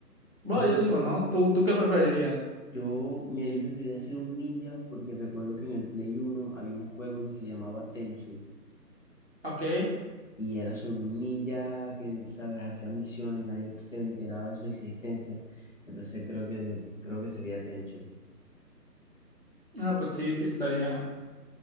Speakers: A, on the right; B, on the left.
A: Bueno,
B: Ajú,
A: yo digo, ¿no? ¿Tú, tú qué preferirías?
B: yo, mira, yo preferiría ser un ninja porque recuerdo que en el Play Uno había un juego que se llamaba Tenchu
A: Ok.
B: y era sobre un ninja que, sabes, hacía misiones, nadie se enteraba de su existencia. Entonces creo que, creo que sería Tenchu.
A: No, pues sí, sí estaría.